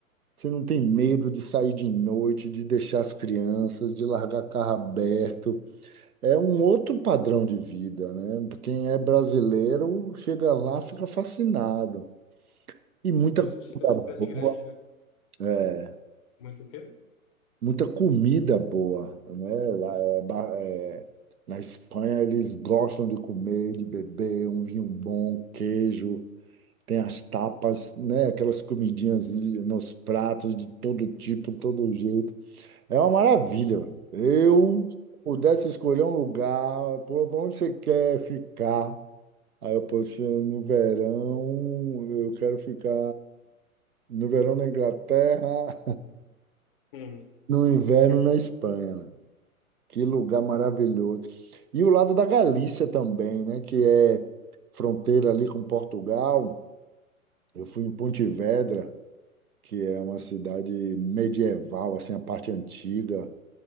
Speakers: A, on the right; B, on the left.
A: você não tem medo de sair de noite, de deixar as crianças, de largar carro aberto. É um outro padrão de vida, né? Quem é brasileiro chega lá, fica fascinado. E muita
B: mesmo
A: comida
B: sendo uma cidade
A: boa,
B: grande, né?
A: é,
B: Muito o quê?
A: muita comida boa, né? Lá, é, ba- é, na Espanha eles gostam de comer, de beber, um vinho bom, queijo. Tem as tapas, né? Aquelas comidinhas nos pratos de todo tipo, todo jeito. É uma maravilha. mano. Eu pudesse escolher um lugar, para onde você quer ficar. Aí eu posso no verão, eu quero ficar no verão na Inglaterra,
B: <laughs>
A: <laughs> no inverno na Espanha. mano. Que lugar maravilhoso. E o lado da Galícia também, né? Que é fronteira ali com Portugal. Eu fui em Pontevedra que é uma cidade medieval, assim, a parte antiga.